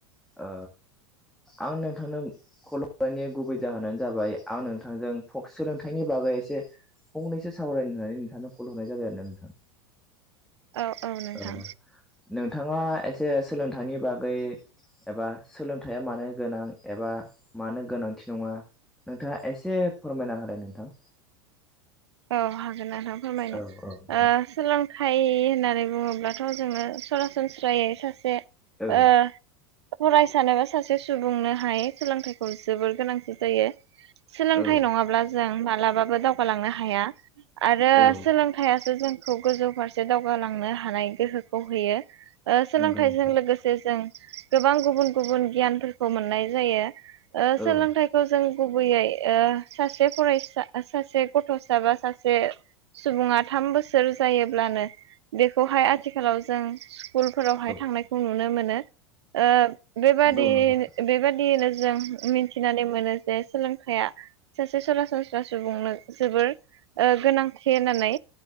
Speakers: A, in the centre; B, on the right.
A: ओ आं नोंथांनो खल हरनायनि गुबै जाहोनानो जाबाय आं नोंथांजों फक सोलोंथाइनि बागै एसे फंनैसो सावरायनो होननानै नोंथांनो कल हरनाय जाबाय आरोना नोंथां।
B: औ औ नोंथां
A: ओ नोंथाङा एसे सोलोंथाइनि बागै एबा सोलोंथाइया मानो गोनां एबा मानो गोनांथि नङा, नोंथाङा एसे फोरमायना होलाय नोंथां।
B: औ हागोन नोंथां फोरमायनो।
A: औ औ नोंथां
B: ओ सोलोंथाइ होननानै बुङोब्लाथ' जोङो सरासनस्रायै सासे
A: औ
B: ओ फरायसानो बा सासे सुबुंनोहाय सोलोंथाइखौ जोबोर गोनांथि जायो। सोलोंथाइ
A: औ
B: नङाब्ला जों मालाबाबो दावगालांनो हाया। आरो
A: औ
B: सोलोंथाइयासो जों खौ गोजौ फारसे दावगालांनो हानाय गोहोखौ होयो। ओ सोलोंथाइजों
A: नंगौ नोंथां
B: लोगोसे जों गोबां गुबुन गुबुन गियानफोरखौ मोननाय जायो। ओ सोलोंथाइखौ
A: औ
B: जों गुबैयै सासे फरायसा सासे ग थ'सा बा सासे सुबुङा थाम बोसोर जायोब्लानो बेखौहाय आथिखालाव जों स्कुलफोरावहाय
A: नंगौ
B: थांनायखौ नुनो मो नो। ओ बेबादि
A: नंगौ नोंथां
B: बेबादिनो जों मिथिनानै मोनो जे सोलोंथाइया सासे सरासनस्रा सुबुंनो जोबोर गोनांथि होननानै